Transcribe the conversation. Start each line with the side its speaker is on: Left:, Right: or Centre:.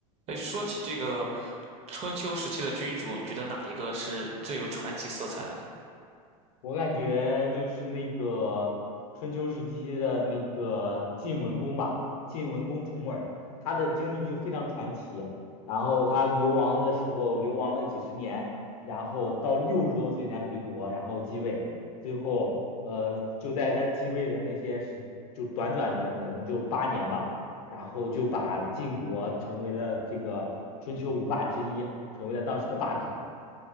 Right: 哎，说起这个春秋时期的君主，你觉得哪一个是最有传奇色彩的呢？
Left: 我感觉就是那个春秋时期的那个晋文公吧，晋文公重耳，他的经历就非常传奇。然后他流亡的时候，流亡了几十年，然后到六十多岁才回国，然后继位。最后，呃，就在他继位的那些时，就短短的可能就八年吧，然后就把晋国成为了这个春秋五霸之一，成为了当时的霸主。